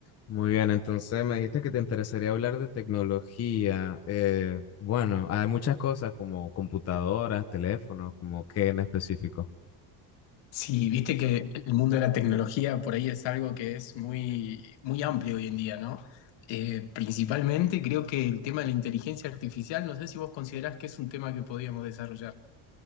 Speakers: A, on the left; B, on the left.
A: Muy bien, entonces me dijiste que te interesaría hablar de tecnología. Eh, bueno, hay muchas cosas como computadoras, teléfonos, como qué en específico.
B: Sí, viste que el mundo de la tecnología por ahí es algo que es muy, muy amplio hoy en día, ¿no? Eh, principalmente creo que el tema de la inteligencia artificial, no sé si vos considerás que es un tema que podríamos desarrollar.